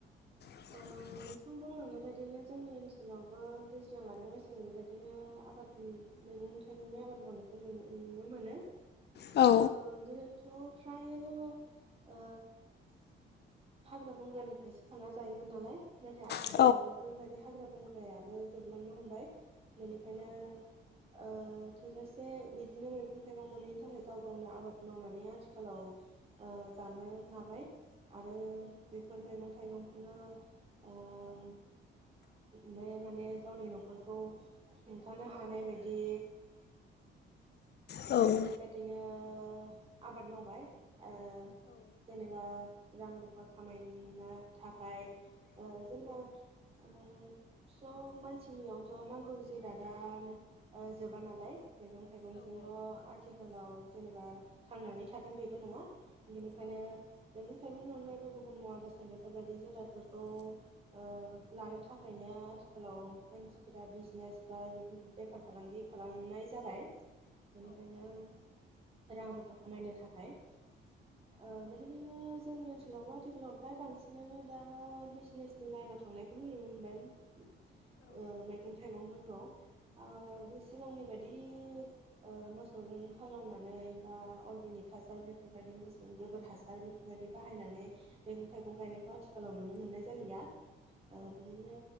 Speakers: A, on the left; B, on the right.
A: <inaudible>
B: ओ नोंथां बुंलांनाय बायदिनो जोंनि ओनसोलावबो दैज्लां आरो मेसें बेबायदिनो आबाद मैगं थाइगंनि आबाद मावनायखौ नु नुनो मोनो
A: औ
B: ओ गोरोबथ' फ्रायनो ओ हाग्रा बंग्रानिफ्रायसो खाना जायोमोन नालाय नाथाय आथिखालाव
A: औ
B: बेफोरबायदि हाग्रा बंग्रायाबो जोबलांनो हमबाय बेनिखायनो ओ थोजासे बिदिनो मैगं थाइगं मोनैनि थाखाय गाव गावनो आबाद मावनानै आथिखालाव ओ जानो लाबाय आरो बेफोर मैगं थाइगंखौनो ओम बे माने गावनि न'खरखौ हुंथानो हानाय बायदि
A: औ
B: बेबायदिनो आबाद मावबाय ओ जेनेबा रां रुफा खामायनो थाखाय ओ जोंना उम स' मानसिनियावथ' नांगौ जिरादा ओ जोबा नालाय मैगं थाइगंजोंल' आथिखालाव जेनेबा थांनानै थागोन बेबो नङा बेनिखायनो बे थाइगंनि अनगायैबो गुबुन मुवा बेसाद बेफोरबायायदि जिदादफोरखौ ओ लानो थाखायनो आथिखालाव मानसिफोरा बिजनेस बा बेफार दखान फालांगि खालामनाय जाबाय बेनिखायनो रां रुफा खामायनो थाखाय ओ बेनिखायनो जोंनि ओनसोलावबो <unintelligible> आथिखालाव फ्राय बांसिनानो दा बिजनेसनि लाइनाव थांनायखौ नुनो मोनबाय ओ मैगं थाइगंफोरखौ ओ <unintelligible> सिगांनि बायदि ओ मोसौजों हालौनानै बा अरगेनिक हासार बेफोरबायदि मोसौ गोबोर हासार बेफोरबायदि बाहायनानै मैगं थाइगं गायनायखौ आथिखालाव नुनो मोननाय जालिया ओ बिदिनो